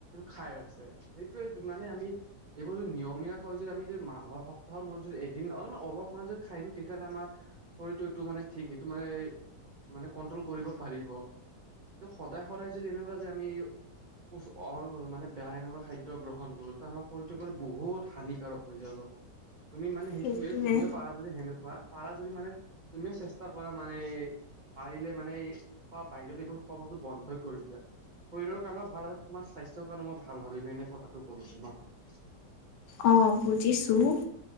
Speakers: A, on the right (about 80°); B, on the left (about 80°).
A: খাই আছে সেইটোৱে মানে আমি এইবোৰ যদি নিয়মীয়া কয় যদি আমি মাহৰ সপ্তাহৰ মূৰত যদি এদিন অল অলপমান যদি খা খাই দিও, তেতিয়াহ'লে আমাৰ শৰীৰটো এইটো মানে ঠিক সেইটো মানে মানে কন্ট্ৰল কৰিব পাৰিব। ত সদায় সদায় যদি এনেকুৱা যে আমি উফ অ মানে বেয়া এনেকুৱা খাদ্য গ্ৰহ গ্ৰহণ কৰোতে আমাৰ শৰীৰটোৰ মানে বহুত হানিকাৰক হৈ যাব তুমি মানে সেইটোয়ে
B: সেইটোৱে
A: তুমিও পাৰা যদি সেনেকুৱা পাৰা যদি মানে তুমিও চেষ্টা কৰা মানে পাৰিলে মানে এই বাহিৰত এইবোৰ খোৱা বস্তু বন্ধই কৰি দিয়া শৰীৰৰ কাৰণে ভাল তোমাৰ স্বাস্থ্যৰ কাৰণে মই ভাল ভাবিম এনে কথাটো কলো তোমাক মই
B: অ বুজিছো